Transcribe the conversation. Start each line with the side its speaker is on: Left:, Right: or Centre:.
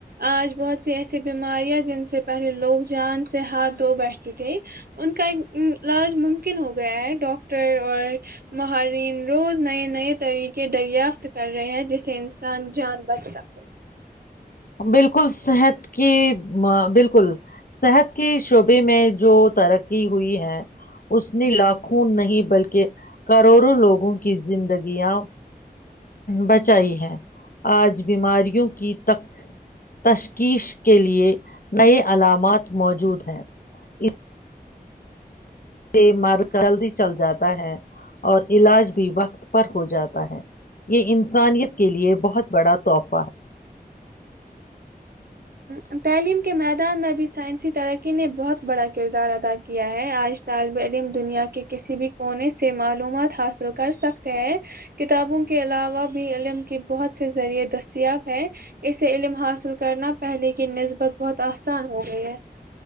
Right: آج بہت سی ایسی بیماریاں جن سے پہلے لوگ جان سے ہاتھ دھو بیٹھتی تھھی ان کا علاج ممکن ہو گیا ہے ڈاکٹر اور مہرین روز نئے نئے طریقے دریافت کر رہے ہیں جس سے انسان جان بچ سکے
Left: بالکل صحت کی بالکل صحت کے شعبے میں جو ترقی ہوئی ہے اس نے لاکھوں نہیں بلکہ کروڑوں لوگوں کی زندگیاں بچائی ہے آج بیماریوں کی <unintelligible> تشخیص کے لیئے نئے علامات موجود ہیں اس سے مرد جلدی چل جاتا ہے اور علاج بھی وقت ر ہو جاتا ہے یہ ان سے <unintelligible> انسانیت کے لیے بہت بڑا تحفہ <unintelligible>
Right: ہ تعلیم <unintelligible> کے میدان میں بھی سائنسی ترقی نے بہت بڑا کردار ادا کیا ہے آج طالب علم دنیا کے کسی بھی کونے سے معلومات حاصل کر سکتے ہیں کتابوں کے علاوہ بھی علم کے بہت سے ذریعے دستیاب ہے اسے علم حاصل کرنا پہلے کی نسبت بہت آسان ہو گئی ہے